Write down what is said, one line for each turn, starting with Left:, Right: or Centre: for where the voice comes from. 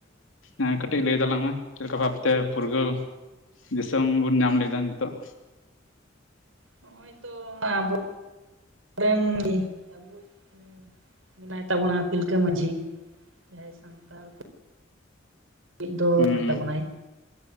Left: ᱮᱸ
Right: ᱦᱳᱭ
Left: ᱠᱟᱹᱴᱤᱡ ᱞᱟᱹᱭ ᱛᱟᱞᱟᱝ ᱢᱮ ᱾ ᱪᱮᱫ ᱞᱮᱠᱟ ᱵᱷᱟᱵᱛᱮ ᱯᱷᱩᱨᱜᱟᱹᱞ ᱫᱤᱥᱚᱢ ᱵᱚᱱ ᱧᱟᱢ ᱞᱮᱫᱟ ᱱᱤᱛᱚᱜ?
Right: ᱱᱚᱜᱼᱚᱭ ᱛᱚ ᱟᱵᱚ ᱨᱮᱱ ᱜᱮ <unintelligible> ᱢᱮᱱᱟᱭ ᱛᱟᱵᱚᱱᱟ ᱛᱤᱞᱠᱟᱹ ᱢᱟᱹᱡᱷᱤ ᱡᱟᱦᱟᱭ ᱥᱟᱱᱛᱟᱲ ᱠᱚ ᱟᱵᱚᱭᱤᱡ ᱫᱚ
Left: ᱦᱩᱸ
Right: ᱠᱟᱱ ᱛᱟᱵᱚᱱᱟᱭ